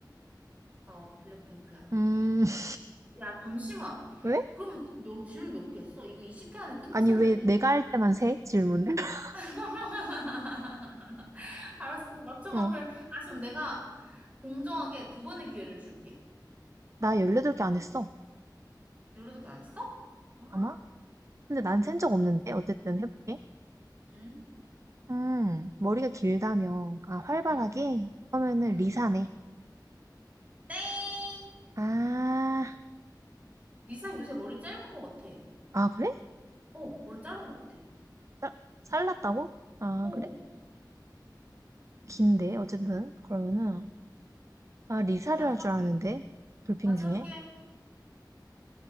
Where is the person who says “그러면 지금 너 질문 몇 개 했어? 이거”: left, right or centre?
Right